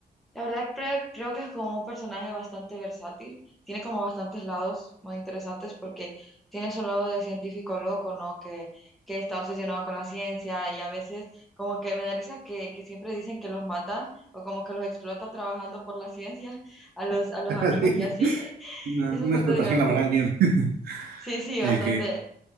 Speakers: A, in the centre; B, on the right.
A: La verdad creo, creo que es como un personaje bastante versátil, tiene como bastantes lados muy interesantes porque tiene su lado de científico loco, ¿no? Que, que está obsesionado con la ciencia y a veces como que me da risa que, que siempre dicen que los mata o como que los explota trabajando por la ciencia <laughs> a los, a los
B: <laughs>
A: amigos y así, <laughs>
B: Una,
A: es bastante
B: una explotación
A: divertido.
B: laboral bien. <laughs>
A: Sí, sí,
B: El
A: bastante.
B: que